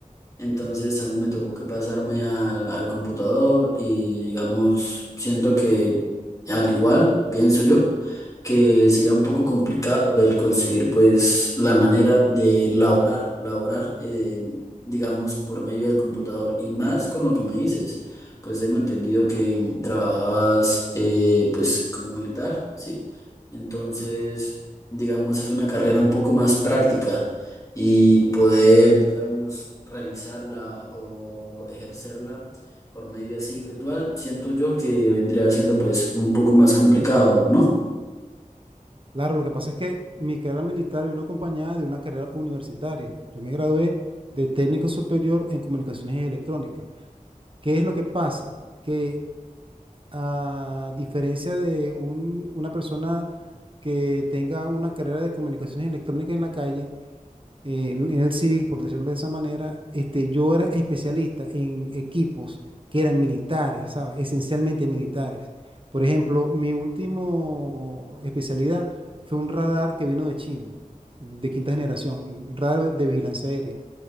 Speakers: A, on the left (about 25°); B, on the right (about 40°).
A: Entonces a mí me tocó que pasarme al, al computador y digamos, siento que al igual, pienso yo, que sería un poco complicado el conseguir pues la manera de laborar, laborar, eh, digamos, por medio del computador. Y más con lo que me dices, pues tengo entendido que mm, trabajabas eh, pues como militar, ¿sí? Entonces, digamos, es una carrera un poco más práctica y poder, digamos, realizarla o ejercerla por medio así virtual, siento yo que vendría siendo pues un poco más complicado, ¿no?
B: Claro, lo que pasa es que mi carrera militar vino acompañada de una carrera universitaria. Yo me gradué de técnico superior en comunicaciones electrónicas. ¿Qué es lo que pasa? Que a diferencia de un- una persona que tenga una carrera de comunicaciones electrónicas en la calle, eh, en, en el civil, por decirlo de esa manera, este, yo era especialista en equipos que eran militares, ¿sabes? Esencialmente militares. Por ejemplo, mi último especialidad fue un radar que vino de China, de quinta generación, un radar de vigilancia aérea